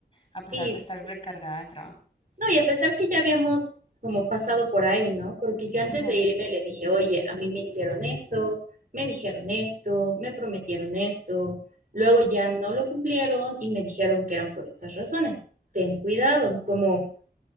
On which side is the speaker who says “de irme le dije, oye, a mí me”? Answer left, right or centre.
Right